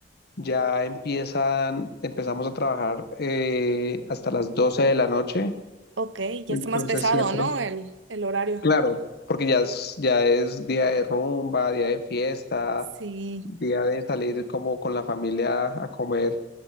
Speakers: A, on the left; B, on the right.
A: Ya empiezan, empezamos a trabajar eh, hasta las 12 de la noche.
B: ok. Ya
A: Entonces
B: está más pesado,
A: siempre,
B: ¿no? El, el horario.
A: claro, porque ya es, ya es día de rumba, día de fiesta,
B: Sí,
A: día de salir como con la familia a comer